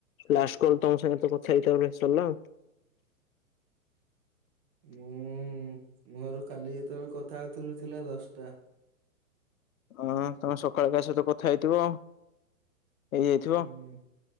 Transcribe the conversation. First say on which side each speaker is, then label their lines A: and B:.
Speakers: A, on the left; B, on the right.
A: ଲାଷ୍ଟ କଲ ତମ ସାଙ୍ଗେ ତ କଥା ହେଇଥିଲି ସରିଲା ଆଉ।
B: ମୁଁ ମୋର କାଲି ଯେତେବେଳେ କଥା ହଉଥିଲି ଥିଲା ଦଶଟା?
A: ହଁ, ତମେ ସକାଳେ କା ସହିତ କଥା ହେଇଥିବ। ହେଇଯାଇଥିବ।
B: ହୁଁ।